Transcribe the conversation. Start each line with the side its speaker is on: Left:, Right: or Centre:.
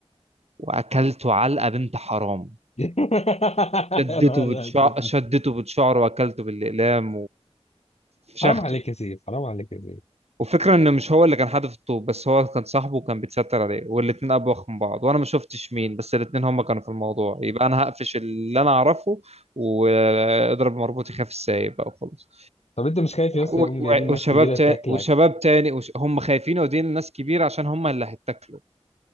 Right: واكلته علقه بنت حرام
Left: <laughs>
Right: شدته
Left: يا نهار
Right: بتشع...
Left: أسود.
Right: شدته بتشعره واكلته بالاقلام وفشخته
Left: حرام عليك يا سيف حرام عليك يا سيف
Right: والفكرة ان مش هو اللي كان حادف الطوب بس هو كان صاحبه وكان بيتستر عليه والاتنين ابوخ من بعض وانا ما شفتش مين بس الاتنين هما كانوا في الموضوع يبقى انا هقفش اللي انا اعرفه واضرب مربوط يخاف السايب بقى وخلاص
Left: طب انت مش خايف يا اسطى
Right: و-
Left: يقوم جايبين
Right: و-
Left: ناس
Right: وشباب
Left: كبيره
Right: تاني
Left: تاكلك
Right: وشباب تاني وش... هم خايفين يودين لناس كبيرة عشان هم اللي هيتاكلوا